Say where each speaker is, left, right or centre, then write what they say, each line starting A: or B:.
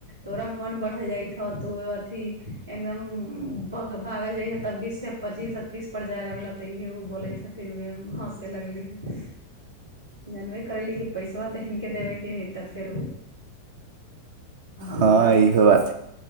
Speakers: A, on the right; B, on the right.
A: तोरा मन बढ़ल जाय हे तो अथी एकदम भागल जाइ हे तबीसँ पचीस अ्तीसपर जाय लगलै तऽ इहे ओ बोलै हथिन उएह हँसे लगलीहे जानबे करैली कि पैसा तऽ हिनके देबेके है तब फेरू हमरा
B: हँ इहो बात